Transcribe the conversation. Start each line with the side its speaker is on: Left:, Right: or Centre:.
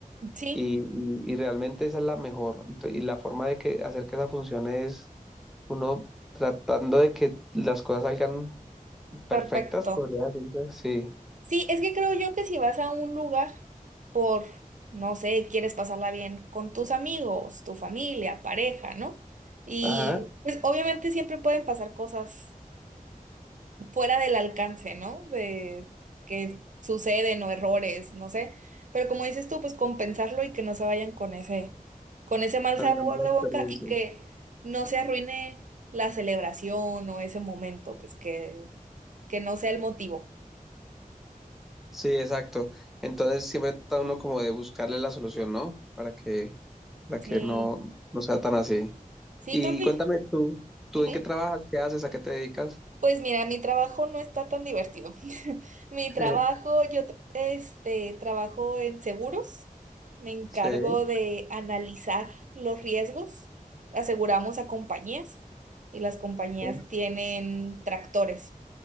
Right: sí,
Centre: Y, y- y realmente esa es la mejor. Ento- Y la forma de que hacer que esa funcione es uno tratando de que las cosas salgan perfectas,
Right: perfecto.
Centre: podría decirse. Sí,
Right: Sí, es que creo yo que si vas a un lugar por, no sé, quieres pasarla bien con tus amigos, tu familia, pareja, ¿no? Y
Centre: ajá,
Right: pues obviamente siempre pueden pasar cosas fuera del alcance, ¿no? De que suceden o errores, no sé. Pero como dices tú, pues compensarlo y que no se vayan con ese, con ese mal
Centre: con
Right: sabor
Centre: esa mala
Right: de
Centre: experiencia.
Right: boca y que no se arruine la celebración o ese momento, pues que, que no sea el motivo.
Centre: Sí, exacto. Entonces siempre trata uno como de buscarle la solución, ¿no? Para que, para
Right: Sí,
Centre: que no, no sea tan así.
Right: sí,
Centre: Y
Right: creo que...
Centre: cuéntame tú, ¿tú
Right: ujú.
Centre: en qué trabajas? ¿Qué haces? ¿A qué te dedicas?
Right: Pues mira, mi trabajo no está tan divertido. <laughs> Mi trabajo,
Centre: <laughs>
Right: yo tra- este, trabajo en seguros, me encargo
Centre: Sí,
Right: de analizar los riesgos, aseguramos a compañías y las compañías
Centre: sí,
Right: tienen tractores.